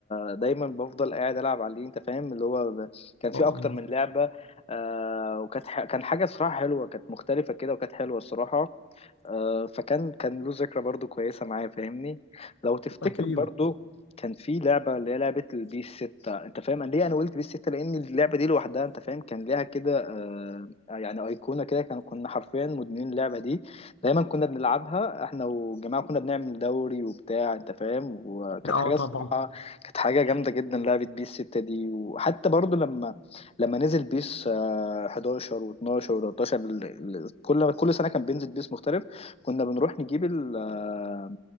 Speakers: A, on the left; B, on the left.
A: آه دايما بفضل قاعد العب عليه انت فاهم اللي هو ب... كان فيه
B: آه،
A: اكتر من لعبه آه وكانت ح... كان حاجه صراحه حلوه كانت مختلفه كده وكانت حلوه الصراحه آه فكان كان له ذكرى برضو كويسه معايا فاهمني لو تفتكر
B: أكيد
A: برضو كان في لعبه اللي هي لعبه البيس 6 انت فاهم أنا ليه انا قلت بيس 6 لان اللعبه دي لوحدها انت فاهم كان ليها كده آه يعني ايقونه كده كان كنا حرفيا مدمنين اللعبه دي دايما كنا بنلعبها احنا والجماعه كنا بنعمل دوري وبتاع انت فاهم وكانت
B: اه
A: حاجه
B: طبعا
A: الصراحه كانت حاجه جامده جدا لعبه بيس 6 دي وحتى برضو لما لما نزل بيس آه، 11 و12 و13 ال- ال- كل كل سنه كان بينزل بيس مختلف كنا بنروح نجيب ال آه،